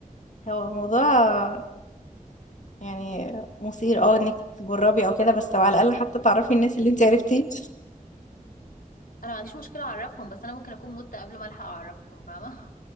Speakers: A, on the left; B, on the left.
A: هو الموضوع يعني مثير اه انك تجربي او كده بس على الاقل حتى تعرفي الناس اللي انت عرفتي
B: انا ما عنديش مشكله اعرفهم بس انا ممكن اكون مت قبل ما الحق اعرفهم فاهمه